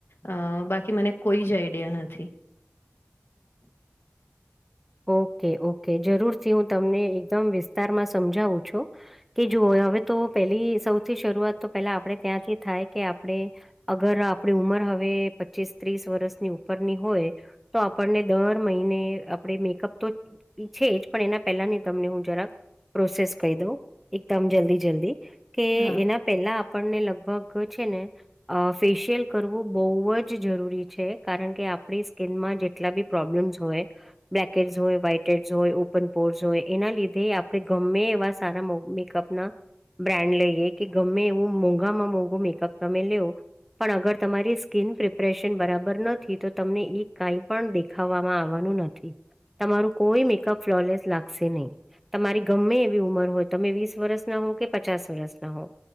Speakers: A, on the left (about 65°); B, in the centre.
A: અ બાકી મને કોઈ જ આઈડિયા નથી.
B: ઓકે ઓકે જરૂરથી હું તમને એકદમ વિસ્તારમાં સમજાવું છું. કે જુઓ હવે તો પેલી સૌથી શરૂઆત તો પેલા આપણે ત્યાંથી થાય કે આપણે અગર આપણી ઉંમર હવે પચીસ ત્રીસ વર્ષની ઉપરની હોય. તો આપણને દર મહિને આપણે મેકઅપ તો ઈ છેે જ પણ એના પહેલા ની તમને હું જરાક પ્રોસેસ કહી દો એકદમ જલ્દી જલ્દી કે
A: હા
B: એના પેલા આપણને લગભગ છે ને અ ફેશિયલ કરવું બહુ જ જરૂરી છે કારણ કે આપણી સ્કીિનમાં જે જેટલા બી પ્રોબ્લેમ્સ હોય. બ્લેક હડ્સ હોય વ્હાઈટ એડ્સ હોય ઓપન પોર્સ હોય એના લીધે આપડણે ગમે એવા સારા અપ ના બ્રાન્ડ લઈએ કે ગમે એવું મોંઘામાં મોંઘું મેકઅપ તમે લવ પણ અગર તમારી સ્કીિન પ્રિપરેશન બરાબર નથી તો તમને ઈ કઈ પણ દેખ ખાવામાં આવવાનું નથી. તમારું કોઈ મેકઅપ ફ્લોલેસ લાગશે નહીં. તમારી ગમે એવી ઉંમર હોય તમે વીસ વર્ષના હો કે પચાસ વર્ષના હો